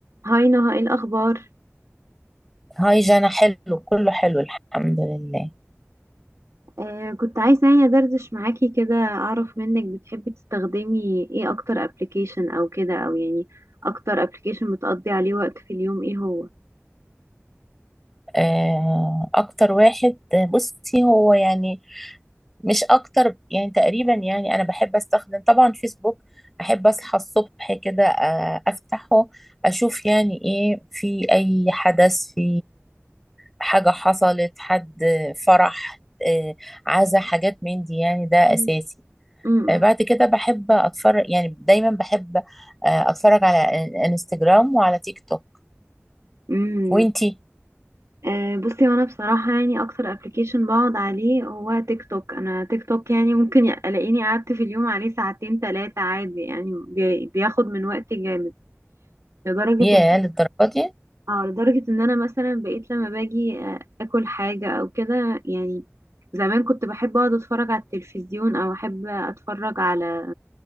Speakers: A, on the right; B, in the centre.
A: هاي نهى ايه الاخبار
B: هاي جانا حلو كله حلو الحمد لله
A: آه كنت عايزه يعني ادردش معاكي كده اعرف منك بتحبي تستخدمي ايه اكتر ابلكيشن او كده او يعني اكتر ابلكيشن بتقضي عليه وقت في اليوم ايه هو
B: آه، اكتر واحد بصي هو يعني مش اكتر يعني تقريبا يعني انا بحب استخدم طبعا فيسبوك احب اصحى الصبح كده آه، افتحه اشوف يعني ايه في اي حدث في حاجة حصلت حد فرح آه، عزا حاجات من دي يعني ده
A: مم.
B: اساسي
A: امم
B: آه، بعد كده بحب اتفرج يعني دايما بحب آه، اتفرج على انستجرام وعلى تيك توك
A: امم
B: وانتي
A: آه بصي وانا بصراحه يعني اكتر ابلكيشن بقعد عليه هو تيك توك انا تيك توك يعني ممكن الاقيني قعدت في اليوم عليه ساعتين ثلاثه عادي يعني بي- بياخد من وقتي جامد لدرجه
B: ياه للدرجة دي
A: اه لدرجة ان انا مثلا بقيت لما باجي آه، اكل حاجة او كده يعني زمان كنت بحب اقعد اتفرج على التلفزيون او احب اتفرج على